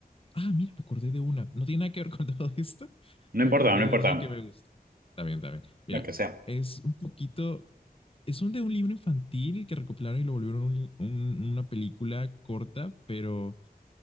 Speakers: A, on the left (about 35°); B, on the right (about 65°).
A: Ah, mira, me acordé de una. No tiene nada que ver con <laughs> todo esto.
B: No
A: Me
B: importa,
A: acordé
B: no importa,
A: de una que me gusta. Está bien, está bien. Mira,
B: la que sea.
A: es un poquito. Es un de un libro infantil que recopilaron y lo volvieron un- un- una película corta, pero